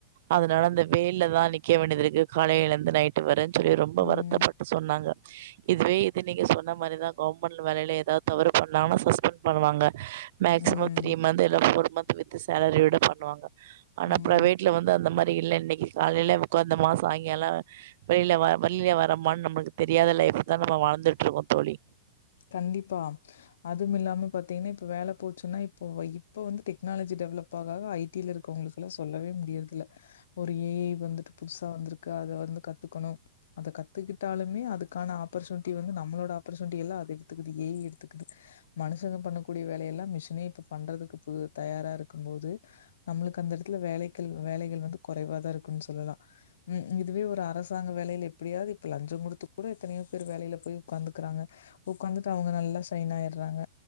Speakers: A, on the right; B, on the left.
A: அதனால இந்த வெயில்லதா நிக்கவே வேண்டியதுருக் ருகு காலையிலழுந்து நைட்டு வர செரி ரொம்ப
B: ம்.
A: வருத்தப்பட்டு சொன்னாங்க இதுவே இது நீங்க சொன்ன மாரிதா கவர்மெண்ட் வேலையில ஏதாவது தவறு பண்ணாம சஸ்பெண்ட் பண்ணுவாங்க மேக்சிமம்
B: ம்.
A: த்ரீ மந்த்ல்ல ஃபோர் மந்த் வித் சேலரியுட பணோ னுவாங்க ஆனா
B: ம்.
A: ப்ரவெட்ல வந்து அந்த மாரி இல்ல இன்னிக்கு காலையில உக்காந்த மாஸ் சாய்ங்காலோ வெளியில வர வளியிய வரமனு நம்மளுக்கு தெரியாத லைஃப் தா நம்ம வாழ்ந்துட்டுருக்கோ தோழி
B: கண்டிப்பா. அதுவும் இல்லாம பார்த்தீங்கன்னா, இப்ப வேல போச்சுன்னா, இப்போ இப்ப வந்து டெக்னாலஜி டெவலப் ஆக ஐ டி ல இருக்கவங்களுக்குெல்லா சொல்லவே முடியறது இல ஒரு ஏ ஐ வந்துட்டு புதுசா வந்திருக்கு அத வந்து கத்துக்கணும அத கத்துக்கிட்டாலுமே அதுக்கான ஆப்பர்ச்சுனிட்டி வந்து நம்மளோட ஆப்பர்ச்சுனிட்டி எல்லா எடுத்துக்குது ஏ எடுத்துக்குது மனுஷங்க பண்ண கூடிய வேலையல்லா மிஷினே இப்ப பண்றதுக்கு புது தயாரா இருக்கு போது நம்மளுக்கு அந்த எடத்துல வேலைகள் ‌வேலைகள் வந்து‌ குறைவாதா இருக்குனு சொல்லலாம் ம் இதுவே ஒரு அரசாங்க வேலையில இப்டியாது‌ இப்ப லஞ்சோ குடுத்து கூட எத்தனையோ பேரு வேலையில போய் ஒக்காந்துக்குறாங்க உட்காந்துட்டு அவங்க நல்லா ஷைன் ஆயடுறாங்க